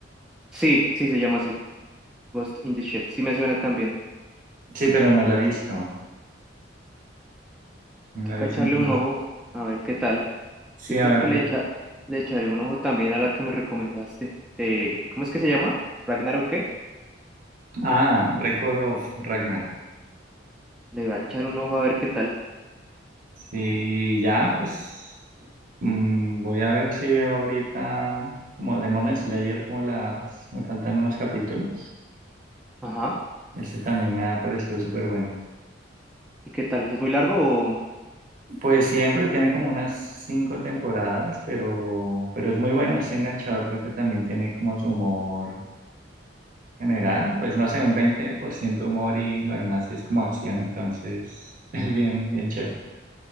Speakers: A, in the centre; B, on the right (about 45°).
A: Sí, sí se llama así, Ghost in the Shell. Sí me suena también.
B: Sí, pero no la he visto. No
A: Toca
B: la he visto.
A: echarle
B: entera.
A: un ojo, a ver qué tal.
B: Sí,
A: Yo creo
B: a ver
A: que le
B: qué.
A: echa, le echaré un ojo también a la que me recomendaste. Eh, ¿cómo es que se llama? ¿Ragnar o qué?
B: Ah, Record of Ragnar.
A: Le voy a echar un ojo a ver qué tal.
B: Sí, ya, pues mm, voy a ver si veo ahorita como Demon Slayer, como las. Me faltan unos capítulos.
A: Ajá.
B: Ese también me ha parecido súper bueno.
A: ¿Y qué tal? ¿Es muy largo o...?
B: Pues siempre tiene como unas cinco temporadas, pero, pero es muy bueno, es enganchador porque también tiene como su humor general, pues no sé, un 20% humor y lo demás sí es como acción, entonces <laughs> es bien, bien chévere.